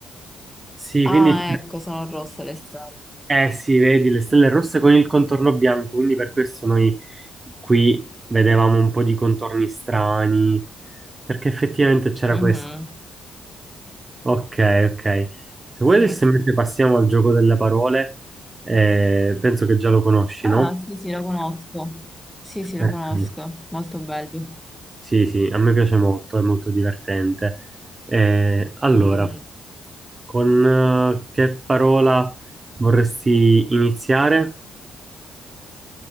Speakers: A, on the right (about 25°); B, in the centre.
A: Sì,
B: Ah,
A: quindi,
B: ecco, sono rosse le strade.
A: eh sì, vedi le stelle rosse con il contorno bianco, quindi per questo noi qui vedevamo un po' di contorni strani, perché effettivamente c'era
B: Mhm,
A: questo. Ok, ok. Se
B: Sì.
A: vuoi adesso invece passiamo al gioco delle parole, eh, penso che già lo conosci,
B: Ah,
A: no?
B: sì, sì, lo conosco. Sì, sì,
A: Perché-
B: lo conosco, molto bello.
A: Sì, sì, a me piace molto, è molto divertente. Eh, allora,
B: Mm,
A: con eh, che parola vorresti iniziare?